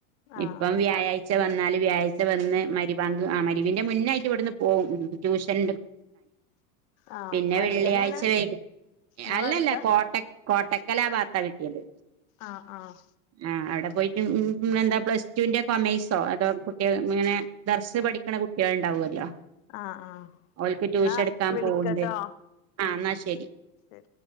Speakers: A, on the left; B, on the right.
A: ആഹ്
B: ഇപ്പം
A: ആഹ്
B: വ്യാഴാഴ്ച്ച വന്നാല് വ്യാഴ്ച വന്ന് മരിബാങ്ക് ആ മരിവിന്റെ. മുന്നായിട്ട ഇവിടുന്ന് പോകും ട്യൂഷൻ.
A: ആഹ്
B: പിന്നെ
A: അടുത്തന്നെയാണ്
B: വെള്ളിയാഴ്ച വേഗം.
A: നിങ്ങളടുത്ത
B: അല്ലല്ല കോട്ട കോട്ടക്കലാഭാത്ത കിട്ടിയത്
A: ആഹ് ആഹ്
B: ആഹ അവിടെ പോയിട്ട് എന്താ പ്ലസ് ടുവിന്റെ കൊമേഴ്സോ അതോ കുട്ടിക ഇങ്ങനെ ദർസ് പഠിക്കണ ണ്ടാവല്ലോ
A: ആഹ് ആഹ്
B: അവൾക്ക് ട്യൂഷൻ
A: എന്നാ
B: എടുക്കാൻ
A: വിളിക്കട്ടോ
B: പോവണ്ടേ ആ എന്നാ ശരി
A: ശരി